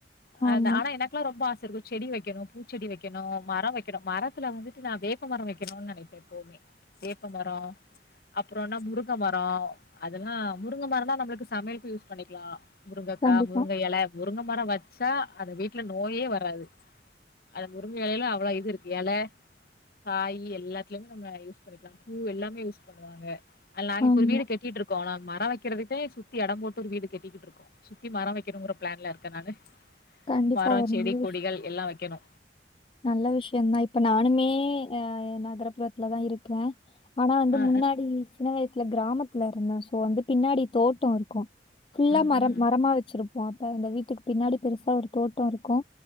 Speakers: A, on the left; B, on the left.
A: அ
B: ஆமா.
A: ஆனா எனக்கெல்லா ரொம்ப ஆசை இருக்கு செடி வைக்கணு பூ செடி வைக்கணு மர வக்கணு மர த்துல வந்துட்டு நான் வேப்பமர வைக்கணும் நெனைப்பே எப்பவுமே வேப்பமர அப்புறம்னா முருங்க மர அதெல்லா முருங்க மரம்னா நம்ளுக்கு சமையலுக்கு யூஸ் பண்ணிக்கலா முருங்கக்கா
B: கண்டிப்பா.
A: முருங்க எல முருங்க மர வச் ச்சா அந்த வீட்ல நோயே வராது அந்த முருங்க எலையில அவ்ளோ இது இருக்கு எல காய் எல்லாத்துலயுமே நம்ம யூஸ் பண்ணிக்கலா பூ எல்லாமே யூஸ் பண்ணுவாங்க ல்ல நாங்க
B: ஆமா.
A: இப்ப ஒரு வீடு கட்டிட்டு இருக்கோ மர வைக்கறதுட்டே சுத்தி எடம் போட்டு ஒரு வீடு கட்டிக்கிட்டு இருக்கோ சுத்தி மர வைக்கணுங்கிற பிளான்ல இருக்க நானு
B: கண்டிப்பா
A: மர
B: ஒரு
A: செடி
B: நல்ல விஷயம்.
A: கொடிகள் எல்லா வக்கணு
B: நல்ல விஷயம்தா இப்ப நானுமே அ நகர்புறத்துலதா இருக்க ஆனா வந்து
A: அ
B: முன்னாடி சின்ன வயசுல கிராமத்துல இருந்த ஸோ வந்து பின்னாடி தோட்டோ இருக்கு ஃபுல்லா
A: ம்
B: மரம்
A: ம்
B: மரமா வச்சிருப்போ அப்ப அந்த வீட்டுக்கு பின்னாடி பெருசா ஒரு தோட்டோ இருக்கு